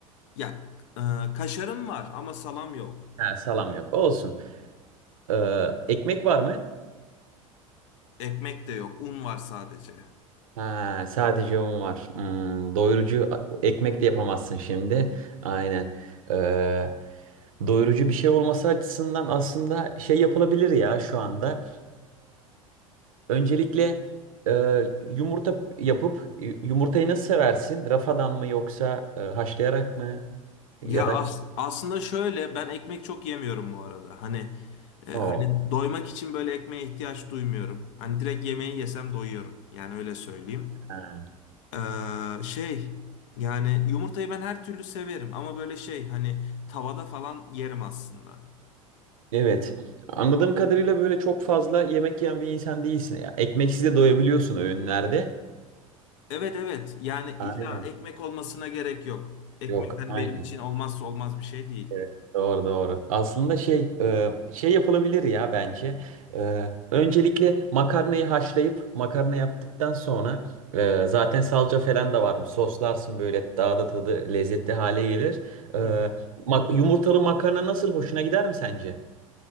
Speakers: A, on the left; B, on the right.
A: Ya e, kaşarım var ama salam yok.
B: Ha, salam yok. Olsun. Ee, ekmek var mı?
A: Ekmek de yok. Un var sadece.
B: Ha, sadece un var. Hmm, doyurucu ekmek de yapamazsın şimdi. Aynen. Ee, doyurucu bir şey olması açısından aslında şey yapılabilir ya şu anda. Öncelikle e, yumurta yapıp y- yumurtayı nasıl seversin? Rafadan mı yoksa e, haşlayarak mı? Ya
A: Ya
B: da
A: as- aslında şöyle ben ekmek çok yemiyorum bu arada. Hani e,
B: Oo.
A: hani doymak için böyle ekmeğe ihtiyaç duymuyorum. Hani direkt yemeği yesem doyuyorum. Yani öyle söyleyeyim.
B: Ha.
A: Ee, şey yani yumurtayı ben her türlü severim ama böyle şey hani tavada falan yerim aslında.
B: Evet. Anladığım kadarıyla böyle çok fazla yemek yiyen bir insan değilsin. Ya, ekmeksiz de doyabiliyorsun öğünlerde.
A: Evet evet. Yani illa
B: Aynen.
A: ekmek olmasına gerek yok. Ekmek
B: Yok,
A: hani
B: aynen.
A: benim için olmazsa olmaz bir şey değil.
B: Evet, doğru doğru. Aslında şey e, şey yapılabilir ya bence. E, Öncelikle makarnayı haşlayıp makarna yaptıktan sonra e, zaten salça falan da var mı? Soslarsın böyle daha da tadı lezzetli hale gelir. E,
A: Hı hı.
B: mak- Yumurtalı makarna nasıl hoşuna gider mi sence?